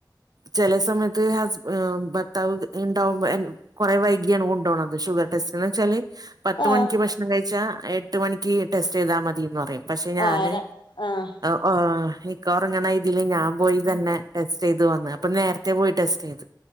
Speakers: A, on the right (about 55°); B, on the left (about 75°).
A: ചല സമയത്ത് ഹസ് ഭർത്താവ് ഇണ്ടാവുമ്പോ എൻ കുറെവൈകിയാണ് കൊണ്ടോ ണത് ഷുഗർ ടെസ്റ്റ്ന്ന് വെച്ചാല് പത്ത്
B: ആഹ്
A: മണിക്ക് ഭക്ഷണം കഴിച്ചാ എട്ട് മണിക്ക് ടെസ്റ്റ് ചെയ്താ മതിന്ന് പറയും പക്ഷെ ഞാന്
B: ആരാ ആഹ്
A: ഹ്ഓ ഇക്ക ഉറങ്ങണ തില് ഞാൻ പോയി തന്നെ ടെസ്റ്റ് ചെയ്ത് വന്ന് അപ്പം നേരത്തെ പോയി ടെസ്റ്റ് ചെയ്ത്